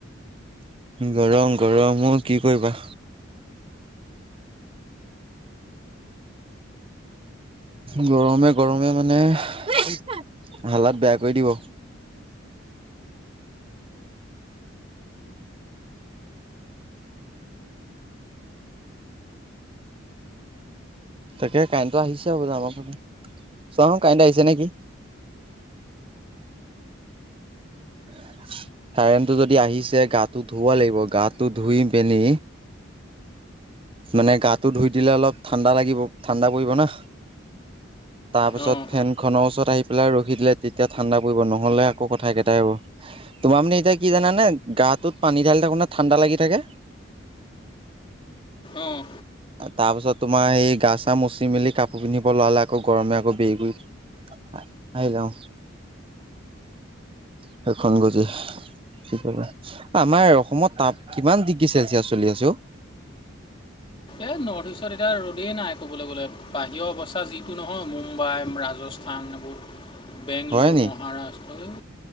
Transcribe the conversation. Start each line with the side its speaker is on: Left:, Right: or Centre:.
Right: গৰম গৰম অ কি কৰিবা গৰমে গৰমে মানে হালত বেয়া কৰি দিব তাকে কাইণ্টটো আহিছে হ'ব আমাৰ ফে চা কাৰেণ্ট আহিছে নেকি? <inaudible> চাৰেনটো যদি আহিছে গাটো ধুব লাগিব গাটো ধুই পিনি মানে গাটো ধুই দিলে অলপ ঠাণ্ডা লাগিব ঠাণ্ডা পৰিব না তাৰ পিছত
Left: অঁ
Right: ফেন খনৰ ওচৰত আহি পেলাই ৰখি দিলে তেতিয়া ঠাণ্ডা পৰিব নহলে আক কথা কেইটাই আহব তোমাৰ মানে এতিয়া কি জানে গাটোত পানী ঢালি থাকো নে ঠাণ্ডা লাগি থাকে
Left: আহ
Right: তাৰ পিছত তোমাৰ সেই গা চা মচি মেলি কাপোৰ পিন্ধিব লৰালে আকৌ গৰমে আকৌ বেৰি কৰি আহ আহিলাও সেইখন গজি স আমাৰ অসমত তাপ কিমান ডিগ্ৰী চেলচিয়াছ চলি আছে
Left: এই নৰ্থ ইষ্টত এতিয়া ৰ'দেই নাই ক'বলৈ গ'লে বাহিৰৰ অৱস্থা যিটো নহয় মুম্বাই ৰাজস্থান থানবত বেংলোৰ
Right: হয় নি
Left: মহাৰাষ্ট্ৰ এই।